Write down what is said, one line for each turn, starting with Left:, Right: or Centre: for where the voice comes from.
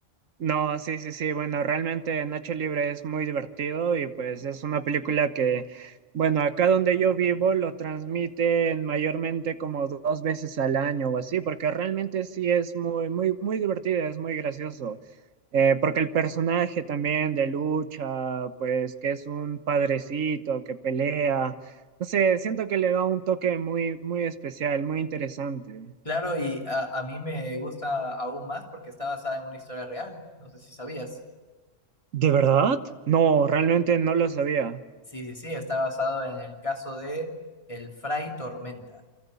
Right: No, sí, sí, sí. Bueno, realmente Nacho Libre es muy divertido y pues es una película que, bueno, acá donde yo vivo lo transmiten mayormente como dos veces al año o así, porque realmente sí es muy, muy, muy divertida, es muy gracioso. Eh, porque el personaje también de lucha, pues que es un padrecito que pelea, no sé, siento que le da un toque muy, muy especial, muy interesante.
Left: Claro, y a, a mí me gusta aún más porque está basada en una historia real. No sé si sabías.
Right: ¿De verdad? No, realmente no lo sabía.
Left: Sí, sí, sí, está basado en el caso de el Fray Tormenta,